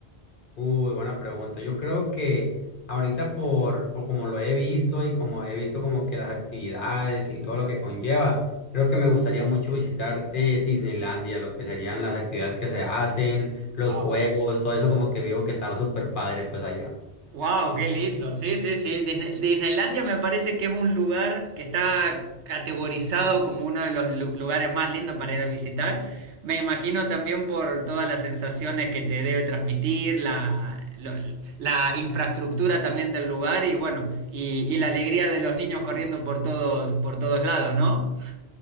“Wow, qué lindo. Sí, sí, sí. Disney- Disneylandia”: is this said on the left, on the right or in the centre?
Right